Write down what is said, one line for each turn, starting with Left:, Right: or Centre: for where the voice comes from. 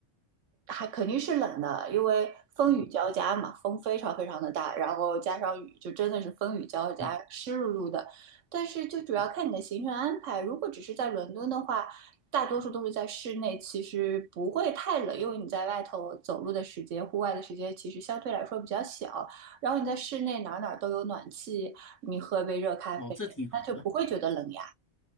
Right: 还肯定是冷的，因为风雨交加嘛，
Left: 嗯
Right: 风非常非常的大，然后加上雨，就真的是风雨交加，
Left: 嗯，
Right: 湿漉漉的。但是就主要看你的行程安排，如果只是在伦敦的话，大多数都是在室内，其实不会太冷，因为你在外头走路的时间、户外的时间其实相对来说比较小。然后你在室内哪儿哪儿都有暖气，你喝杯热咖啡，
Left: 哦，这挺好的。
Right: 那就不会觉得冷呀。